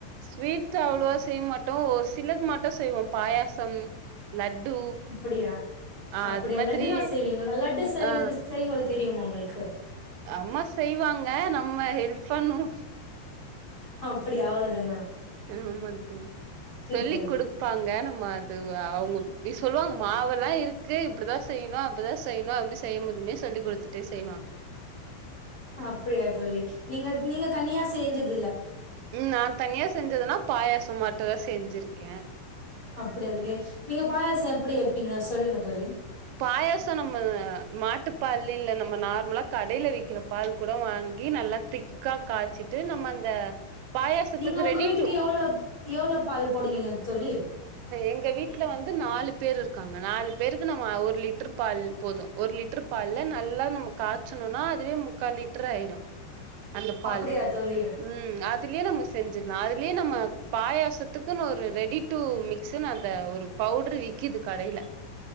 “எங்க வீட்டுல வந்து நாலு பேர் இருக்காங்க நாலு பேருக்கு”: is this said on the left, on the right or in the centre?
Right